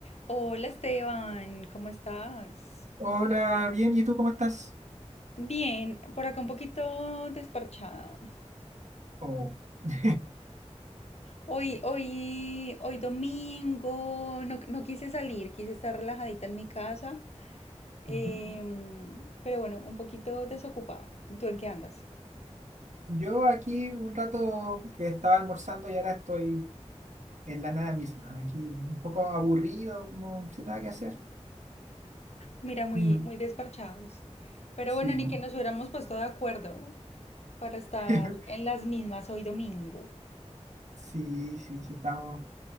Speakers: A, on the left; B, on the right.
A: Hola Esteban, ¿cómo estás?
B: Hola, bien, ¿y tú cómo estás?
A: Bien, por acá un poquito desparchado.
B: Oh. <laughs>
A: Hoy, hoy, hoy domingo, no, no quise salir, quise estar relajadita en mi casa, em,
B: Ujú.
A: pero bueno, un poquito desocupada. ¿Y tú en qué andas?
B: Yo aquí un rato que estaba almorzando y ahora estoy en la nada misma, aquí un poco aburrido, como sin nada que hacer.
A: Mira, muy,
B: Ujú.
A: muy desparchados. Pero
B: Sí,
A: bueno, ni que nos hubiéramos puesto de acuerdo para estar
B: <laughs>
A: en las mismas hoy domingo.
B: sí, sí, sí, estamos.